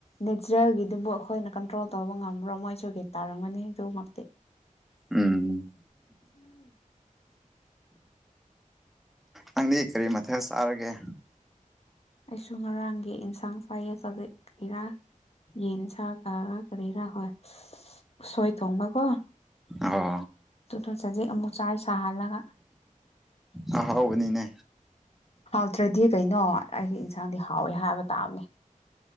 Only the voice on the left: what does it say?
ꯅꯦꯆꯔꯦꯜꯒꯤꯗꯨꯕꯨ ꯑꯩꯈꯣꯏꯅ ꯀꯟꯇ꯭ꯔꯣꯜ ꯇꯧꯕ ꯉꯝꯕ꯭ꯔꯣ ꯃꯣꯏ <unintelligible> ꯇꯥꯔꯝꯒꯅꯤ ꯑꯗꯨꯃꯛꯇꯤ
ꯑꯩꯁꯨ ꯉꯔꯥꯡꯒꯤ ꯏꯟꯁꯥꯡ ꯐꯥꯏꯌꯦ ꯆꯖꯛ ꯏꯔꯥ ꯌꯦꯟ ꯁꯥꯒ ꯀꯔꯤꯔꯥ ꯍꯣꯏ ꯎꯁꯣꯏ ꯊꯣꯡꯕ ꯀꯣ ꯑꯗꯨꯗꯣ
ꯆꯥꯖꯤꯛ ꯑꯃꯨꯛ ꯆꯥꯏ ꯁꯥꯍꯜꯂꯒ
ꯍꯥꯎꯇ꯭ꯔꯗꯤ ꯀꯩꯅꯣ ꯑꯩꯒꯤ ꯏꯟꯁꯥꯡꯗꯤ ꯍꯥꯎꯋꯦ ꯍꯥꯏꯕ ꯇꯥꯕꯅꯦ